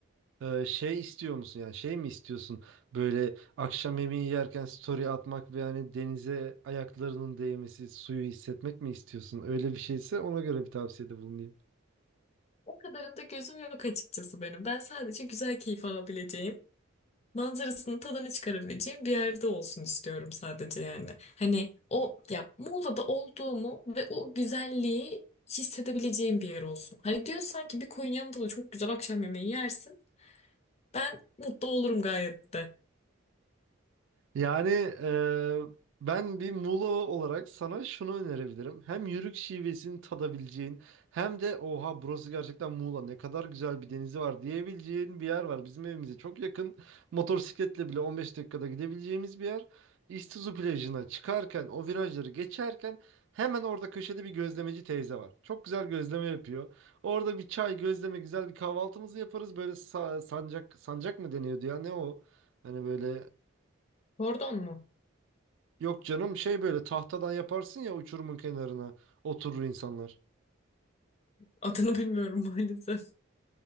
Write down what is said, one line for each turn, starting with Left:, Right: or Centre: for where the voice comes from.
Right: Ee, şey istiyor musun yani şey mi istiyorsun böyle akşam yemeği yerken story atmak ve yani denize ayaklarının değmesi suyu hissetmek mi istiyorsun öyle bir şeyse ona göre bir tavsiyede bulunayım.
Left: O kadarında gözüm yok açıkçası benim. Ben sadece güzel keyif alabileceğim. manzarasını tadını çıkarabileceğim bir yerde olsun istiyorum sadece yani. Hani o ya Muğla'da olduğumu ve o güzelliği hissedebileceğim bir yer olsun. Hani diyorsan ki bir koyun yanında da çok güzel akşam yemeği yersin. Ben mutlu olurum gayet de.
Right: Yani eee, ben bir Muğla olarak sana şunu önerebilirim. Hem yörük şivesini tadabileceğin hem de oha burası gerçekten Muğla ne kadar güzel bir denizi var diyebileceğin bir yer var. Bizim evimize çok yakın motosikletle bile 15 dakikada gidebileceğimiz bir yer. İztuzu plajına çıkarken o virajları geçerken hemen orada köşede bir gözlemeci teyze var. Çok güzel gözleme yapıyor. Orada bir çay gözleme güzel bir kahvaltımızı yaparız. Böyle sa- sancak sancak mı deniyordu ya ne o? Hani böyle
Left: Pardon mu?
Right: Yok canım şey böyle tahtadan yaparsın ya uçurumun kenarına oturur insanlar.
Left: Adını bilmiyorum <laughs> maalesef.